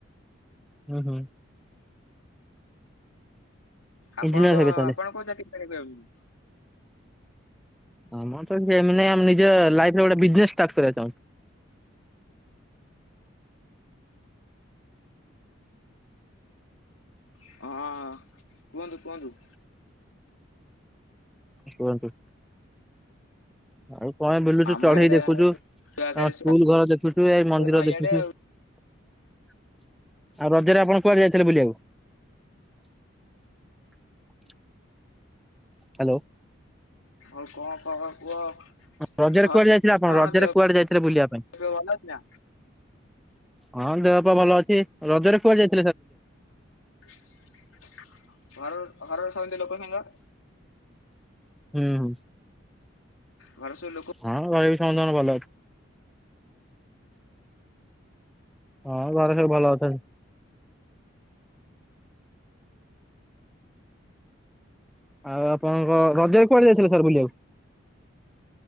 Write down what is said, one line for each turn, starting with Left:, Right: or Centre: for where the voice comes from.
Centre: ହୁଁ ହୁଁ
Left: ଆପଣଙ୍କ
Centre: ଇଞ୍ଜିନିୟର ହେବେ ତାହେଲେ
Left: ଆପଣ କଉ ଚାକିରୀ କରିବାକୁ ଚାହୁଁଛନ୍ତି?
Centre: ଆମର କିଛି ଏମ ନାହିଁ ଆମେ ନିଜେ ଲାଇଫରେ ଗୋଟେ ବିଜନେସ ଷ୍ଟାର୍ଟ କରିବାକୁ ଚାହୁଁଚୁ। <inaudible>
Left: ହଁ କୁହନ୍ତୁ କୁହନ୍ତୁ।
Centre: କୁହନ୍ତୁ <unintelligible> ହଁ ବୁଲୁଛୁ
Left: ଆମ
Centre: ଚଢେଇ
Left: ଇଆଡେ
Centre: ଦେଖୁଛୁ,
Left: ଛୁଆ କାଲି
Centre: ସ୍କୁଲ ଘର ଦେଖୁଛୁ ଏଇ ମନ୍ଦିର
Left: ନଈଆଡେ
Centre: ଦେଖୁଛୁ। ଆଉ ରଜରେ ଆପଣ କୁଆଡେ ଯାଇଥିଲେ ବୁଲିବାକୁ? <unintelligible> ହ୍ୟାଲୋ
Left: ଆଉ କଣ ଖବର କୁହ?
Centre: ରଜରେ
Left: ଘର
Centre: କୁଆଡେ ଯାଇଥିଲେ ଆପଣ
Left: କଣ
Centre: ରଜରେ
Left: ଦେହ
Centre: କୁଆଡେ ଯାଇଥିଲେ ବୁଲିବା ପାଇଁ?
Left: ଫେହ ଭଲ ଅଛି ନା
Centre: ହଁ ଦେହପପା ଭଲ ଅଛି। ରଜରେ କୁଆଡେ ଯାଇ
Left: <unintelligible> ଆଉ ଘରର ସମସ୍ତେ ଲୋକ ସାଙ୍ଗ
Centre: ହୁଁ।
Left: ଘର ସବୁ ଲୋକ
Centre: ହଁ ଭାଇ ସମସ୍ତଙ୍କର ଭଲ ଅଛି। ହଁ ଘରେ ସବୁ ଭଲ ଅଛନ୍ତି। ଆଉ ଆପଣଙ୍କ ରଜରେ କୁଆଡେ ଯାଇଥିଲେ ସାର୍ ବୁଲିବାକୁ?